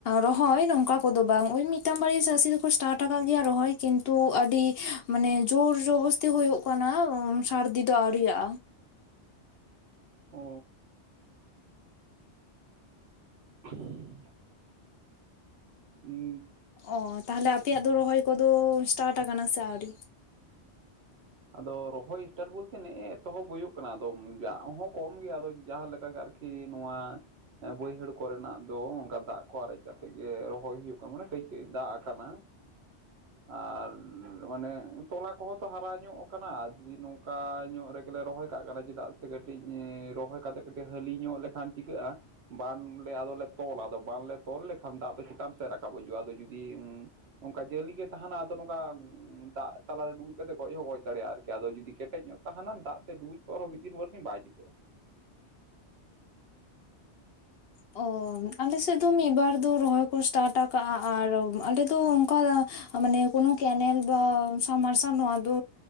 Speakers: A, on the left; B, on the right.
A: ᱨᱚᱦᱚᱭ ᱱᱚᱝᱠᱟ ᱠᱚᱫᱚ ᱵᱟᱝ ᱳᱭ ᱢᱤᱫ ᱢᱤᱫ ᱴᱟᱝ ᱵᱟᱨᱭᱟ ᱪᱟᱹᱥᱤ ᱫᱚᱠᱚ ᱥᱴᱟᱴ ᱟᱠᱟᱫ ᱜᱮᱭᱟ ᱨᱚᱦᱚᱭ ᱠᱤᱱᱛᱩ ᱟᱹᱰᱤ ᱢᱟᱱᱮ ᱡᱳᱨ ᱡᱚᱵᱚᱥᱛᱤ ᱦᱩᱭᱩᱜ ᱠᱟᱱᱟ ᱥᱟᱹᱨᱫᱤ ᱫᱚ ᱟᱨᱮᱭᱟᱜᱼᱟ᱾
B: ᱚ <unintelligible> ᱦᱩᱸ
A: ᱚ ᱛᱟᱦᱚᱞᱮ ᱟᱯᱮᱭᱟᱜ ᱫᱚ ᱨᱚᱦᱚᱭ ᱠᱚᱫᱚ ᱥᱴᱟᱴ ᱟᱠᱟᱱᱟ ᱥᱮ ᱟᱹᱣᱨᱤ?
B: ᱟᱫᱚ ᱨᱚᱦᱚᱭ ᱥᱴᱟᱨᱴ ᱵᱚᱞᱛᱮ ᱱᱮᱜᱼᱮ ᱮᱛᱚᱦᱚᱵ ᱦᱩᱭᱩᱜ ᱠᱟᱱᱟ ᱟᱫᱚ ᱫᱟᱜ ᱦᱚᱸ ᱠᱚᱢ ᱜᱮᱭᱟ ᱟᱫᱚ ᱡᱟᱦᱟᱸ ᱞᱮᱠᱟᱜᱮ ᱟᱨᱠᱤ ᱠᱤ ᱱᱚᱣᱟ ᱵᱟᱹᱭᱦᱟᱹᱲ ᱠᱚᱨᱮᱱᱟᱜ ᱫᱚ ᱚᱱᱠᱟ ᱫᱟᱜ ᱠᱚ ᱟᱨᱮᱡ ᱠᱟᱛᱮᱜ ᱜᱮ ᱨᱚᱦᱚᱭ ᱦᱩᱭᱩᱜ ᱛᱟᱵᱚᱱᱟ ᱠᱟᱹᱡ ᱠᱟᱹᱡ ᱫᱟᱜ ᱟᱠᱟᱱᱟ᱾ ᱟᱨ ᱢᱟᱱᱮ ᱛᱚᱞᱟ ᱠᱚᱦᱚᱸ ᱛᱚ ᱦᱟᱨᱟ ᱧᱚᱜ ᱟᱠᱟᱱᱟ ᱡᱩᱫᱤ ᱱᱚᱝᱠᱟ ᱧᱚᱜ ᱨᱮᱜᱮᱞᱮ ᱨᱚᱦᱚᱭ ᱠᱟᱜ ᱠᱟᱱᱟ ᱪᱮᱫᱟᱜ ᱥᱮ ᱠᱟᱹᱴᱤᱡ ᱨᱚᱦᱚᱭ ᱠᱟᱛᱮ ᱦᱟᱹᱞᱤ ᱧᱚᱜ ᱞᱮᱠᱷᱟᱱ ᱪᱤᱠᱟᱹᱜᱼᱟ ᱵᱟᱱ ᱞᱮ ᱟᱫᱚ ᱞᱮ ᱛᱚᱞᱟ ᱟᱫᱚ ᱵᱟᱱ ᱞᱮ ᱛᱚᱞ ᱞᱮᱠᱷᱟᱱ ᱫᱟᱜ ᱫᱚ ᱪᱮᱛᱟᱱ ᱥᱮᱫ ᱨᱟᱠᱟᱵ ᱦᱤᱡᱩᱜᱼᱟ ᱟᱫᱚ ᱡᱩᱫᱤ ᱚᱝᱠᱟ ᱡᱟᱹᱞᱤ ᱜᱮ ᱛᱟᱦᱮᱸᱱᱟ ᱟᱫᱚ ᱱᱚᱝᱠᱟ ᱫᱟᱜ ᱛᱟᱞᱟᱨᱮ ᱰᱩᱵᱩᱡ ᱠᱟᱛᱮᱫ ᱜᱚᱡ ᱦᱚᱸ ᱜᱚᱡ ᱫᱟᱲᱮᱭᱟᱜᱼᱟ ᱟᱨᱠᱤ ᱟᱫᱚ ᱡᱩᱫᱤ ᱠᱮᱴᱮᱡ ᱧᱚᱜ ᱛᱟᱦᱮᱸᱱᱟ ᱫᱟᱜ ᱛᱮ ᱰᱩᱵᱩᱡ ᱠᱚᱜ ᱨᱮᱦᱚᱸ ᱢᱤᱫ ᱫᱤᱱ ᱵᱟᱨ ᱥᱤᱧ ᱵᱟᱭ ᱪᱤᱠᱟᱹᱜᱼᱟ
A: ᱚ ᱟᱞᱮ ᱥᱮᱫ ᱫᱚ ᱢᱤᱫ ᱵᱟᱨ ᱫᱚ ᱨᱚᱦᱚᱭ ᱠᱚ ᱥᱴᱟᱴ ᱟᱠᱟᱟᱜᱼᱟ ᱟᱨ ᱟᱞᱮ ᱫᱚ ᱚᱱᱠᱟ ᱢᱟᱱᱮ ᱠᱳᱱᱳ ᱠᱮᱱᱮᱞ ᱟᱥ ᱥᱟᱵᱢᱟᱨᱥᱟᱞ ᱱᱚᱣᱟ ᱫᱚ